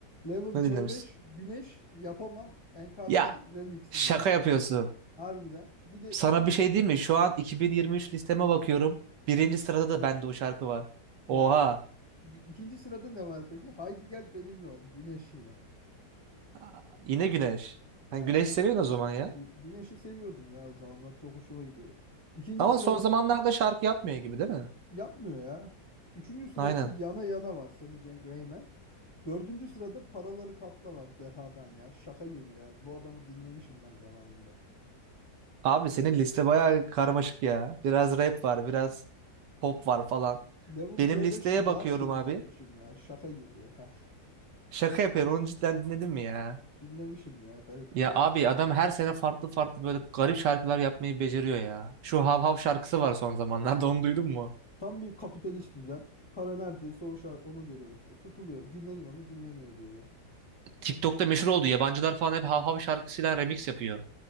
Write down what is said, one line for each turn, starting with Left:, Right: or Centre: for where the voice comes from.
Left: Level
Right: Ne
Left: C5
Right: dinlemişsin?
Left: Güneş Yapamam NKB
Right: Ya
Left: Remix'i
Right: şaka
Left: dinlemişsin.
Right: yapıyorsun.
Left: Harbiden. Bir de
Right: Sana
Left: ikinci
Right: bir şey diyeyim mi? Şu an 2023 listeme bakıyorum. Birinci sırada da bende o şarkı var.
Left: ya
Right: Oha.
Left: ikinci sırada ne var peki? Haydi gel benimle ol Güneş ile.
Right: Aa, Yine Güneş.
Left: Ya
Right: Sen Güneş seviyorsun o zaman ya.
Left: Gü- Güneş'i seviyordum ya o zamanlar çok hoşuma gidiyordu. İkinci
Right: Ama
Left: sırada
Right: son zamanlarda şarkı yapmıyor gibi değil mi?
Left: Yapmıyor ya. Üçüncü sırada
Right: Aynen.
Left: yana yana var Semi Cenk Reymen. Dördüncü sırada paraları katla var Deha'dan ya. Şaka gibi ya. Bu adamı dinlemişim ben zamanında.
Right: Abi senin liste bayağı karmaşık ya. Biraz rap var, biraz pop var falan.
Left: Level
Right: Benim
Left: C5
Right: listeye
Left: Dacia
Right: bakıyorum abi.
Left: dinlemişim ya. Şaka gibi ya.
Right: Şaka yapıyorum. Onu cidden dinledin mi ya?
Left: <laughs> Dinlemişim ya garip bir
Right: Ya
Left: şekilde.
Right: abi adam her sene farklı farklı böyle garip şarkılar yapmayı beceriyor ya. Şu Hav Hav şarkısı var son zamanlarda onu duydun mu?
Left: Tam bir kapitalist düzen. Para neredeyse o şar ona göre yapıyor. Tutuluyor. Dinleniyor mu? Dinleniyor diyor. ya.
Right: TikTok'ta meşhur oldu. Yabancılar falan hep Hav Hav şarkısıyla remix yapıyor.